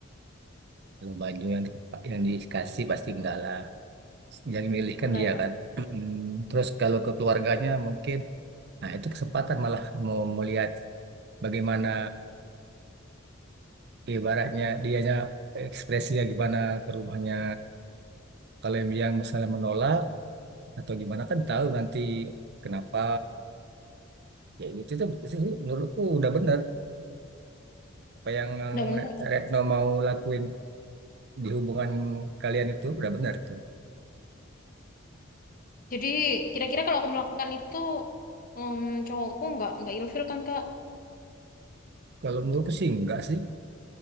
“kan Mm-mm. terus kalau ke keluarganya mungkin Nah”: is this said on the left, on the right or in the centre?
Right